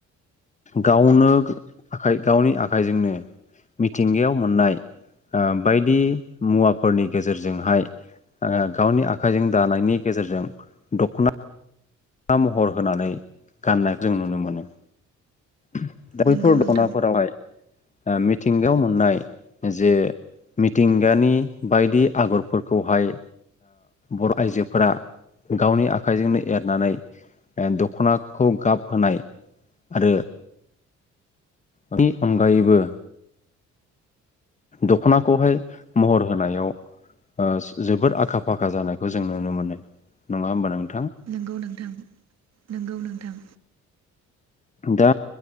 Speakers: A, on the left; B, on the right.
A: गावनो आखाइ गावनि आखाइजोंनो मिथिंगायाव मोननाय ओ बायदि मुवाफोरनि गेजेरजोंहाय ओ गावनि आखाइजों दानायनि गेजेरजों दखना महर होनानै गाननाय जों नुनो मोनो। दा
B: नंगौ
A: बैफोर
B: नोंथां
A: दनाफोरावहाय ओ मिथिंगायाव मोननाय जे मिथिंगानि बायदि आगरफोरखौहाय बर आइजोफोरा गावनि आखाइजोंनो एरनानै ए दखनाखौ गाब होनाय आरो बि अनगायैबो दखनाखौहाय महर होनायाव ओ जोबोद आखा-फाखा जानायखौ जों नुनो मोनो नङा होमबा नों
B: नंगौ नोंथां नंगौ नोंथां
A: दा